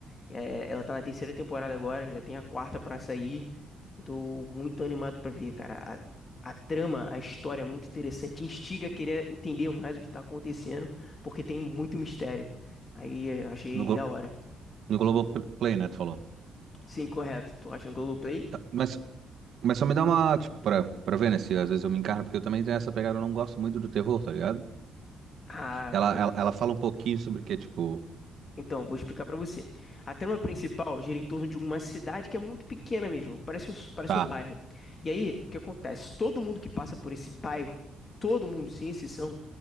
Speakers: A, on the left; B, on the right.
A: É, ela tá na terceira temporada agora, já tem a quarta pra sair. Eu tô muito animado pra ver, cara. A, a trama, a história é muito interessante. Te instiga a querer entender mais o que tá acontecendo, porque tem muito mistério. Aí eu achei
B: No, Glo
A: da hora.
B: no Globoplay, né, tu falou.
A: Sim, correto. Tu acha no Globoplay?
B: Tá, mas, mas só me dá uma, tipo, pra, pra ver, né, se às vezes eu me encarno, porque eu também tenho essa pegada, eu não gosto muito do terror, tá ligado?
A: Ah,
B: Ela,
A: pode.
B: ela, ela fala um pouquinho sobre o que, tipo,
A: Então, vou explicar pra você. A trama principal gira em torno de uma cidade que é muito pequena mesmo, parece, os- parece
B: tá,
A: um bairro. E aí, o que acontece? Todo mundo que passa por esse bairro, todo mundo, sem exceção,